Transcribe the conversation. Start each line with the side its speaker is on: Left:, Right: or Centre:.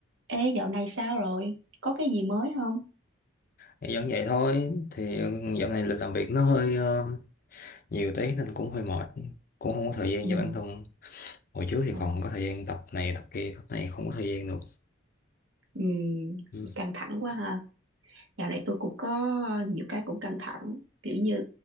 Right: Ê, dạo này sao rồi? Có cái gì mới không?
Left: Thì vẫn vậy thôi thì dạo này lịch làm việc nó hơi ờ, nhiều tí nên cũng hơi mệt cũng không có thời gian
Right: Ừ.
Left: cho bản thân hồi trước thì
Right: Ừ.
Left: còn có thời gian tập này tập kia tập này không có thời gian được
Right: Ừ,
Left: ừ.
Right: căng thẳng quá ha. Dạo này tôi cũng có nhiều cái cũng căng thẳng. Kiểu như